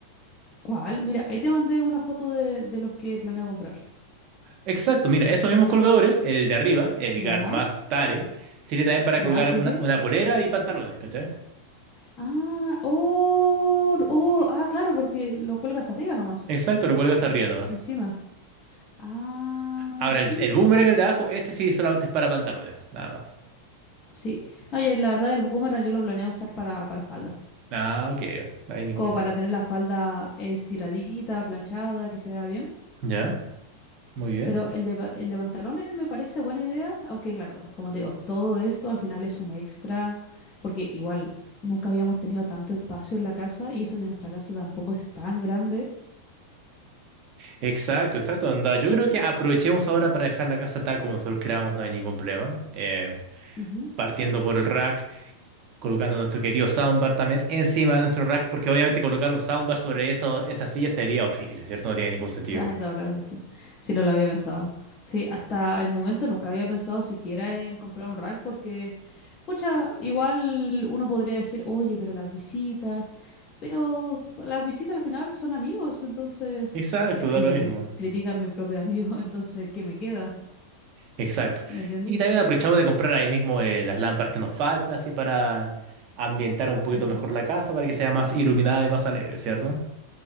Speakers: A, on the left (about 30°); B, on the right (about 40°).
A: ¿Cuál? Mira, ahí te mandé una foto de, de los que planeo comprar.
B: Exacto, mira, esos mismos colgadores, el de arriba, el
A: ¿Ya?
B: Guard más Tare, sirve también para
A: ¿Ya?
B: colgar
A: Sí,
B: una,
A: sí.
B: una polera y pantalones, ¿cachai?
A: Ah, oh, oh, ah, claro, porque lo cuelgas arriba nomás,
B: Exacto, lo cuelgas arriba nomás.
A: encima. Ah,
B: Ahora,
A: sí,
B: el, el boomerang, el de abajo, ese sí solamente es para pantalones, nada más.
A: sí. No, ya la verdad el boomerang yo lo planeé usar para, para faldas.
B: Ah, ok, no hay ningún
A: como
B: problema.
A: para tener la falda estiradita, planchada, que se vea bien.
B: ¿Ya? Muy bien.
A: Pero el de, pa- el de pantalones me parece buena idea, aunque claro, como te digo, todo esto al final es un extra, porque igual nunca habíamos tenido tanto espacio en la casa y eso que nuestra casa tampoco es tan grande.
B: Exacto, exacto. Anda, yo creo que aprovechemos ahora para dejar la casa tal como nosotros queramos, no hay ningún problema. Eh,
A: Ujú. <laughs>
B: partiendo por el rack, colocando nuestro querido soundbar también encima de nuestro rack, porque obviamente colocar un soundbar sobre eso, esa silla sería horrible, ¿cierto? No tiene ningún sentido.
A: O sea, en todo caso, sí. Sí, no lo había pensado. Sí, hasta el momento nunca había pensado siquiera en comprar un rack porque... Pucha, igual uno podría decir, oye, pero las visitas, pero las visitas al final son amigos, entonces,
B: Exacto,
A: ya,
B: da
A: si
B: lo
A: me
B: mismo.
A: cri- critican mi propio amigo, <laughs> entonces, ¿qué me queda?
B: Exacto.
A: ¿Me entiendes?
B: Y también aprovechamos de comprar ahí mismo eh, las lámparas que nos faltan, así para ambientar un poquito
A: Ujú.
B: mejor la casa, para que sea más iluminada y más alegre, ¿cierto?